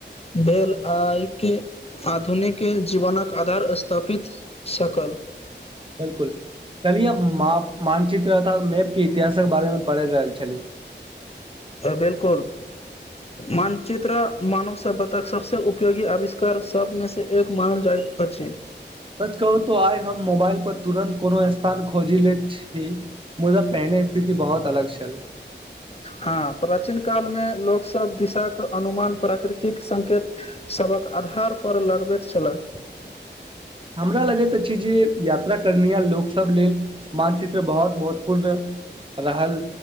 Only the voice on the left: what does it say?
भेल आके आधुनिक के जीवनक आधार स्थापित सकल
अ बिलकुल मानचित्र मानव सभ्यतााक सबसँ उपयोगी आविष्कार सबमे से एक मानल जाइत छै अछी
हँ प्राचीन कालमे लोक सब दिशाे अनुमान प्राकृतिक संकेत सभक आधारपर लगबैत छललाह